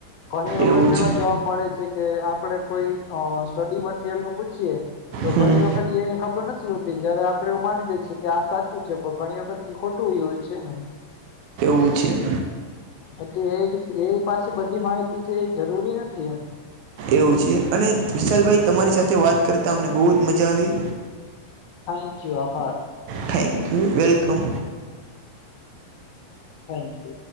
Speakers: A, on the left; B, on the right.
A: ઘણી વખત
B: એવું છે
A: એવા જવાબ મળે છેકે આપડે કોઈ અ સ્ટડી મટીરિયલનું પૂછીએ. તો
B: હમ
A: ઘણી વખત એને ખબર નથી હોતી જયારે આપ આપડે એવું માની લે છેકે આ સાચું છે પણ ઘણી વખત એ ખોટું ઈ હોય છેને.
B: પૂછયે
A: એટલે એ એ પાસે બધી માહિતી છે, એ જરૂરી નથી એમ.
B: એવું છે અને વિશાલભાઈ તમારી સાથે વાત કરતાં અમને બહુ જ મજા આવી.
A: Thank you. આભાર.
B: Thank you. Welcome.
A: Thank you